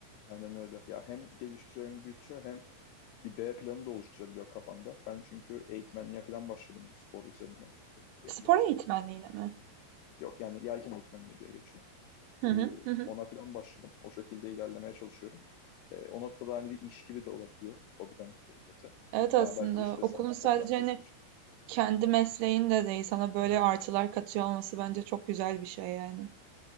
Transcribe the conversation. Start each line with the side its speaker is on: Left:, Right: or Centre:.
Left: Aynen öyle. Ya hem geliştiriyor hem büyütüyor hem bir B planı da oluşturabiliyor kafanda. Ben çünkü eğitmenliğe falan başladım bu spor üzerinden e, belli
Right: Spor
Left: yerlerde.
Right: eğitmenliğine mi?
Left: Yok yani yelken eğitmenliği diye geçiyor.
Right: Hı hı.
Left: Ee,
Right: Hı hı.
Left: ona falan başladım. O şekilde ilerlemeye çalışıyorum. Ee, o noktada hani bir iş gibi de olabiliyor hobiden e, öte.
Right: Evet aslında
Left: Daha belki işte
Right: okulun
Left: sertifika
Right: sadece
Left: falan
Right: hani
Left: kovalayacağım.
Right: Kendi mesleğin de değil, sana böyle artılar katıyor olması bence çok güzel bir şey yani.